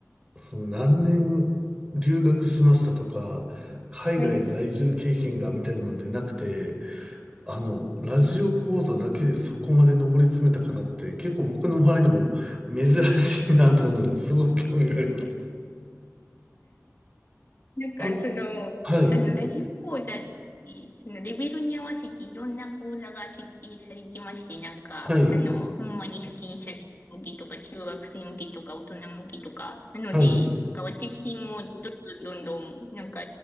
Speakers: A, on the right; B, on the left.
A: その何年留学しましたとか、海外在住経験がみたいなのでなくて、
B: はい。
A: あの、ラジオ講座だけでそこまで上り詰めた方って結構僕の周りでも珍しいなと思うので、すごく興味があります。
B: なんか、
A: あの、
B: その、
A: はい、
B: あの、ラジオ講座って、そのレベルに合わせていろんな講座が設定されてまして、なんか、
A: はい、
B: あの、ほんまに初心者向けとか、中学生向けとか、大人向けとか、なので、
A: はい。
B: なんか私もどんどんどんどん、なんか、